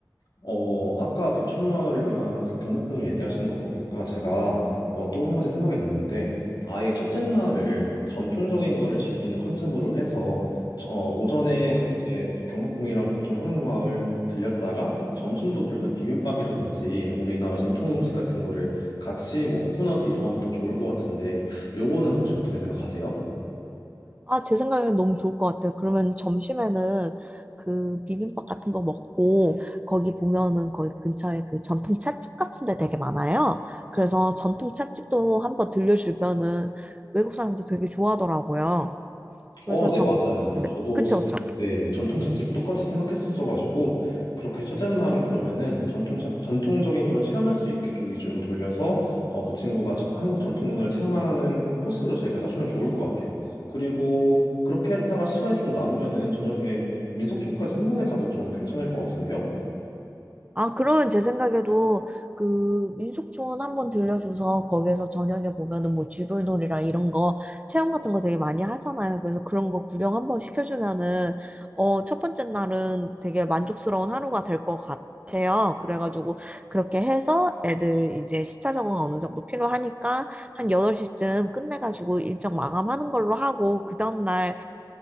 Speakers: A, on the left; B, on the right.
A: 어, 아까 부촌마을이랑 경복궁을 얘기하시는 거 보니까 제가 어, 또 한 가지 생각이 났는데 아예 첫째 날을 전통적인 거를 즐기는 컨셉으로 해서 어, 오전에 그렇게 경복궁이랑 부촌 한옥마을 들렸다가 점심도 그러면 비빔밥이라든지 우리나라 전통 음식 같은 거를 같이 먹고 나서 이동하면 더 좋을 것 같은데 요거는 혹시 어떻게 생각하세요?
B: 아, 제 생각엔 너무 좋을 것 같아요. 그러면 점심에는 그 비빔밥 같은 거 먹고 거기 보면은 거기 근처에 그 전통 찻집 같은 데 되게 많아요. 그래서 전통 찻집도 한번 들려주면은 외국 사람들 되게 좋아하더라고요.
A: 어,
B: 그래서
A: 네,
B: 전,
A: 맞아요. 근데
B: 네,
A: 저도
B: 그쵸,
A: 지금
B: 그쵸.
A: 네, 전통찻집 똑같이 생각했었어가지고 그렇게 첫째 날은 그러면은 전통차 전통적인 걸 체험할 수 있게 좀 위주로 돌려서 어, 그 친구가 저- 한국 전통 문화를 체험하는 코스로 저희가 짜주면 좋을 것 같아요. 그리고 그렇게 했다가 시간이 좀 남으면은 저녁에 민속촌까지 한 번에 가도 저는 괜찮을 것 같은데요.
B: 아, 그러면 제 생각에도 그 민속촌 한번 들려줘서 거기에서 저녁에 보면은 뭐 쥐불놀이랑 이런 거 체험 같은 거 되게 많이 하잖아요. 그래서 그런 거 구경 한번 시켜주면은 어, 첫 번째 날은 되게 만족스러운 하루가 될 것 같아요. 그래가지고 그렇게 해서 애들 이제 시차 적응 어느 정도 필요하니까 한 8시쯤 끝내가지고 일정 마감하는 걸로 하고 그 다음날은